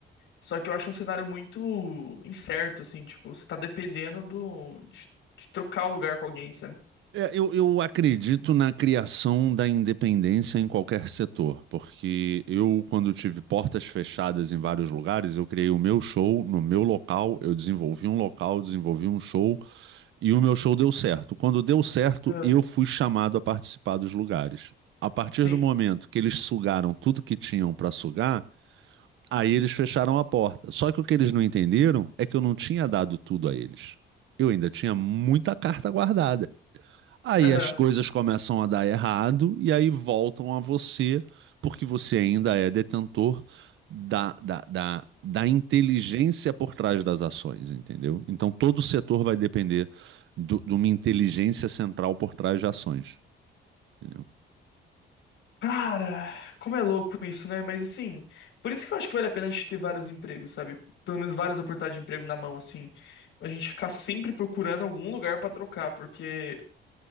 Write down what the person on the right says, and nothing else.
É, eu, eu acredito na criação da independência em qualquer setor, porque eu, quando tive portas fechadas em vários lugares, eu criei o meu show no meu local, eu desenvolvi um local, desenvolvi um show E o meu show deu certo. Quando deu certo,
eu fui chamado a participar dos lugares. A partir
do momento que eles sugaram tudo que tinham para sugar, aí eles fecharam a porta. Só que o que eles não entenderam é que eu não tinha dado tudo a eles. Eu ainda tinha muita carta guardada. Aí
as coisas começam a dar errado e aí voltam a você, porque você ainda é detentor da, da, da, da inteligência por trás das ações, entendeu? Então todo setor vai depender do- de uma inteligência central por trás de ações, entendeu?